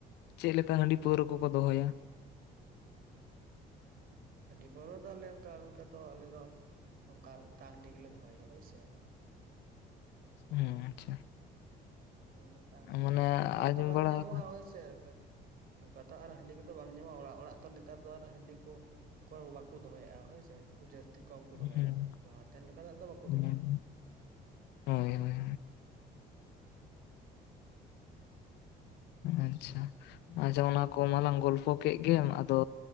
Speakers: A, on the left (about 85°); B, on the right (about 60°).
A: ᱪᱮᱫ ᱞᱮᱠᱟ ᱦᱟᱺᱰᱤ ᱯᱟᱹᱣᱨᱟᱹ ᱠᱚᱠᱚ ᱫᱚᱦᱚᱭᱟ ᱾
B: ᱦᱟᱺᱰᱤ ᱯᱟᱹᱣᱨᱟᱹ ᱫᱚ ᱟᱞᱮ ᱚᱱᱠᱟ ᱚᱱᱠᱟ ᱫᱚ ᱟᱞᱮ ᱫᱚ ᱚᱱᱠᱟ ᱛᱟᱝ ᱦᱟᱺᱰᱤ ᱜᱮᱞᱮ ᱫᱚᱦᱚᱭᱟ ᱦᱳᱭ ᱥᱮ᱾
A: ᱦᱮᱸ ᱟᱪᱪᱷᱟ
B: ᱦᱮᱸᱴᱟᱝ ᱦᱟᱺᱰᱤ
A: ᱢᱟᱱᱮ
B: ᱠᱚ ᱟᱨ ᱱᱚᱝᱠᱟᱛᱚ
A: ᱟᱸᱡᱚᱢ
B: ᱵᱟᱝ
A: ᱵᱟᱲᱟ
B: ᱧᱟᱢᱚᱜᱼᱟ
A: ᱟᱠᱟᱫ
B: ᱦᱳᱭᱥᱮ, ᱱᱚᱝᱠᱟ ᱛᱚ ᱟᱨ ᱦᱟᱺᱰᱤ ᱠᱚᱫᱚ ᱵᱟᱝ ᱧᱟᱢᱚᱜᱼᱟ᱾ ᱚᱲᱟᱜ ᱚᱲᱟᱜ ᱛᱚ ᱱᱮᱛᱟᱨ ᱫᱚ ᱟᱨ ᱦᱟᱺᱰᱤ ᱠᱚ ᱠᱚᱭ ᱵᱟᱠᱚ ᱫᱚᱦᱚᱭᱮᱫᱼᱟ᱾ ᱦᱳᱭᱥᱮ ᱠᱷᱩᱵᱽ ᱡᱟᱹᱥᱛᱤ ᱠᱚᱢ ᱠᱚ ᱫᱚᱦᱚᱭᱮᱫᱼᱟ᱾
A: ᱦᱮᱸ
B: ᱞᱟᱦᱟᱛᱮᱱ ᱞᱮᱠᱟᱱᱟᱜ ᱫᱚ ᱵᱟᱠᱚ
A: ᱦᱮᱸ
B: ᱫᱚᱦᱚᱭᱮᱫᱼᱟ᱾
A: ᱦᱳᱭ ᱦᱳᱭ ᱟᱪᱪᱷᱟ ᱟᱪᱪ ᱚᱱᱟ ᱠᱚ ᱢᱟ ᱞᱟᱝ ᱜᱚᱞᱯᱷᱚ ᱠᱮᱫ ᱜᱮᱢ ᱟᱫᱚ